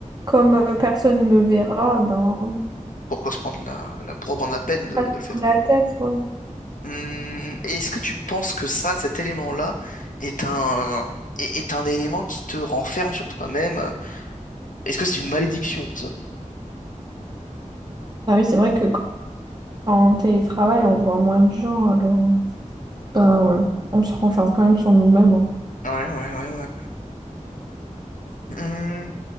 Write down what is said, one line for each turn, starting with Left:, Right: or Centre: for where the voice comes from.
Right: comme euh, personne me verra, ben.
Left: Pourquoi se prendre la, la- pourquoi prendre la peine de,
Right: Ça se
Left: de le faire?
Right: prend la tête, ouais.
Left: Hum, et est-ce que tu penses que ça, cet élément-là, est un, est, est un élément qui te renferme sur toi-même? Est-ce que c'est une malédiction en somme?
Right: Ah oui, c'est vrai que quand on télétravaille, on voit moins de gens, alors euh, bah, ouais, on se renferme quand même sur nous-mêmes. hein.
Left: Ouais, ouais, ouais, ouais. ouais.